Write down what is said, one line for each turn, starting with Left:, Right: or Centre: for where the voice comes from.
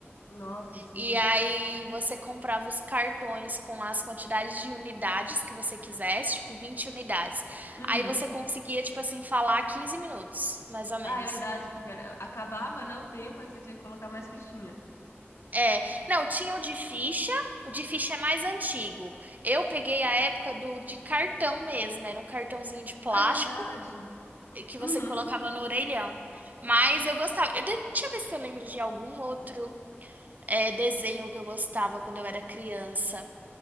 Left: Nossa, sim.
Right: E aí você comprava os cartões com as quantidades de unidades que você quisesse, tipo 20 unidades.
Left: Uhum.
Right: Aí você conseguia, tipo assim, falar 15 minutos, mais ou menos.
Left: Ah, é verdade, porque era- acabava, né, o tempo, aí você tinha que colocar mais fichinha.
Right: É, não, tinha o de ficha, o de ficha é mais antigo. Eu peguei a época do de cartão mesmo, era um cartãozinho de plástico.
Left: Ah, é verdade.
Right: que você
Left: Uhum.
Right: colocava no orelhão. Mas eu gostava. eu- Deixa eu ver se eu lembro de algum outro é, desenho que eu gostava quando eu era criança.